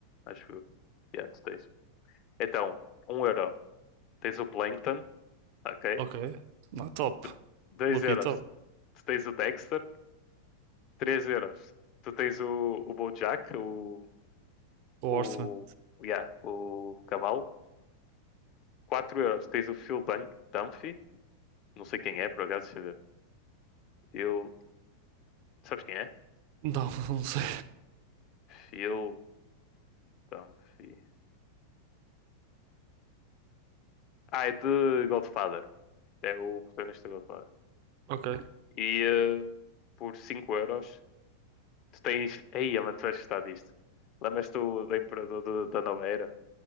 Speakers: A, on the left; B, on the right.
A: Acho que... Yeah, tu tens. Então, um euro Tens o Plankton, ok?
B: Ok. Não, top.
A: D 2
B: Lucky
A: euros.
B: top.
A: Tu tens o Dexter, 3 euros. Tu tens o, o BoJack, o,
B: O
A: o,
B: Horseman.
A: yeah, o cavalo, 4 euros. Tens o Phil Dun Dunphy, não sei quem é, por acaso, deixa eu ver. Phil, sabes quem é?
B: Não, <laughs> não sei.
A: Phil Dunphy. Ah, é de Godfather. É o protagonista de Godfather.
B: Ok.
A: E eh, por 5 euros, tu tens... Ei, mano, tu vais gostar disto. Lembras-te do- do Imperador do- da Nova Era?